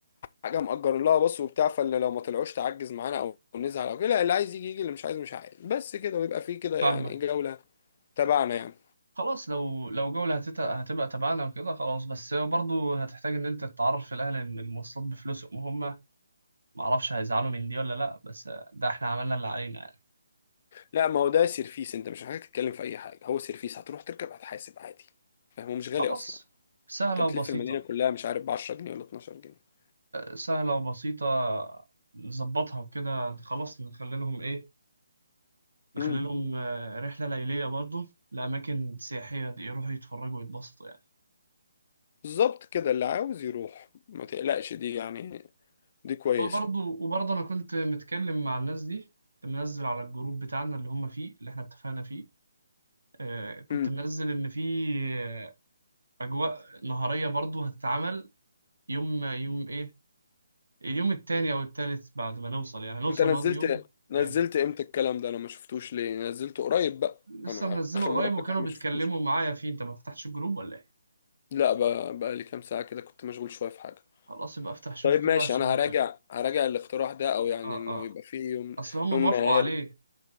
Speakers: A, on the left; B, on the right.
A: حاجة مأجر لها باص وبتاع فاللي لو ما طلعوش تعجز معانا او نزعل او كده لا، اللي عايز يجي يجي اللي مش عايز مش عايز بس كده ويبقى فيه كده
B: فاهمك
A: يعني إيه، جولة تبعنا يعني
B: خلاص لو لو جولة هتت... هتبقى تبعنا وكده خلاص بس برضو هتحتاج ان انت تتعرف في الاهل ان المواصلات بفلوسهم هم معرفش هيزعلوا من دي ولا لأ بس ده احنا عملنا اللي علينا يعني
A: لا ما هو ده سيرفيس انت مش محتاج تتكلم في اي حاجه هو سيرفيس هتروح تركب هتحاسب عادي فاهم مش غالي
B: خلاص
A: اصلا
B: سهلة
A: انت
B: وبسيطة
A: بتلف المدينه كلها مش عارف ب 10 جنيه ولا 12 جنيه
B: سهلة وبسيطة نظبطها وكده خلاص نخلي لهم ايه نخلي
A: امم
B: لهم آه، رحلة ليلية برضو لأماكن سياحية دي يروحوا يتفرجوا ويتبسطوا يعني
A: بالظبط كده اللي عاوز يروح ما تقلقش دي يعني دي كويسه
B: وبرضو وبرضو أنا كنت متكلم مع الناس دي كنت منزل على الجروب بتاعنا اللي هم فيه اللي احنا اتفقنا فيه آه، كنت
A: امم
B: منزل إن في آه، أجواء نهارية برضو هتتعمل يوم يوم ايه اليوم التاني او التالت بعد ما نوصل يعني نوصل
A: انت نزلت
B: نقعد يوم
A: نزلت
B: تاني
A: امتى الكلام ده انا ما شفتوش ليه نزلته قريب بقى
B: لسه
A: انا
B: منزله
A: اخر
B: قريب
A: مره
B: وكانوا
A: فاتح ما
B: بيتكلموا
A: شفتوش
B: معايا فيه انت ما فتحتش الجروب ولا ايه
A: لا بقى, بقى لي كام ساعه كده كنت مشغول شويه في حاجه
B: خلاص يبقى افتح شوف
A: طيب ماشي
B: كده عشان
A: انا هراجع هراجع الاقتراح ده او يعني
B: اه
A: انه
B: اه
A: يبقى فيه يوم
B: اصل هم
A: يوم
B: موافقوا
A: نهاري
B: عليه